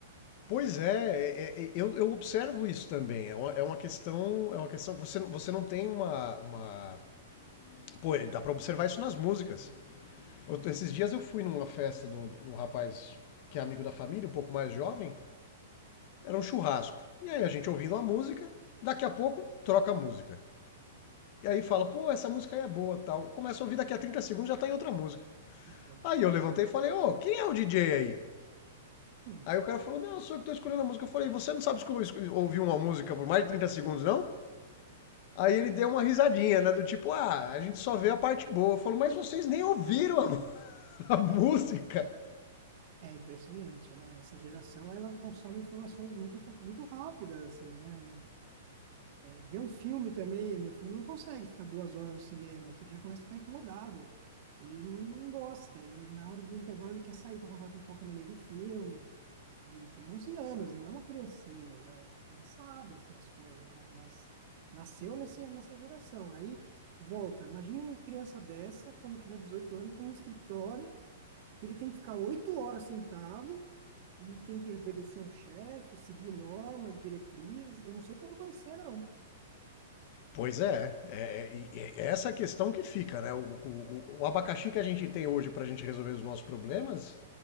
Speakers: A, on the left; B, on the right.
A: Pois é, é- é- é, eu, eu observo isso também. É uma, é uma questão, é uma questão. Você, não- você não tem uma, uma- Pô, dá pra observar isso nas músicas. Outro- esses dias eu fui numa festa de um, de um rapaz que é amigo da família, um pouco mais jovem. Era um churrasco. E aí a gente ouvindo a música, daqui a pouco troca a música. E aí fala, pô, essa música aí é boa tal. Começa a ouvir, daqui a 30 segundos já tá em outra música.
B: Exato.
A: Aí eu levantei e falei, ô, quem é o DJ aí?
B: Hum,
A: Aí o cara falou, não, sou eu que tô escolhendo a música. Eu falei, você não sabe esco- ouvir uma música por mais de 30 segundos, não? Aí ele deu uma risadinha, né? Do tipo, ah, a gente só vê a parte boa. Eu falo, mas vocês nem ouviram a,
B: pode
A: <laughs> a música.
B: ser. É impressionante, né? Essa geração, ela consome informações muito, muito rápidas, assim, né? Ver um filme também, meu filho não consegue ficar duas horas no cinema, você já começa a ficar incomodado. Ele não gosta, ele na hora do intervalo ele quer sair para comprar pipoca no meio do filme. E ele tem 11 anos, ele não é uma criancinha, já, já sabe assim, as coisas, né? Mas nasceu nessa, nessa geração. Aí volta, imagina uma criança dessa, quando tiver 18 anos, num escritório, que ele tem que ficar oito horas sentado e tem que obedecer um chefe, seguir normas, diretrizes. Eu não sei como vai ser, não.
A: Pois é, é, é- é essa a questão que fica, né? O, o- o abacaxi que a gente tem hoje para a gente resolver os nossos problemas,